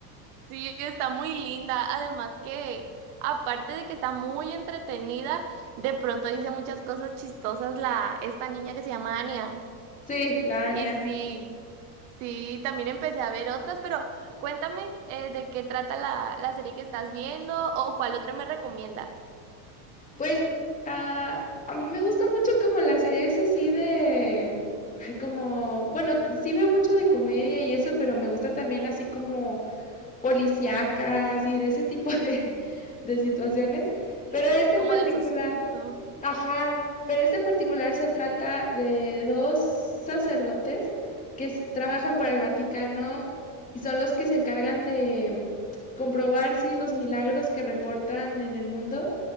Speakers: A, on the right; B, on the left.
A: sí, está muy linda. Además que, aparte de que está muy entretenida, de pronto dice muchas cosas chistosas la, esta niña que se llama Anya.
B: Sí, la Anya.
A: Y sí, sí, también empecé a ver otras, pero cuéntame eh, de qué trata la, la serie que estás viendo o cuál otra me recomiendas.
B: Pues ah, a mí me gusta mucho como las series así de... Ay, como... Bueno, sí veo mucho de comedia y eso, pero me gusta también así como policíacas y de ese tipo <laughs> de, de situaciones.
A: eh,
B: Pero este
A: como
B: en particular,
A: de suspenso.
B: Ajá, pero este en particular se trata de dos sacerdotes que s- trabajan para el Vaticano y son los que se encargan de mm, comprobar si los milagros que reportan en el mundo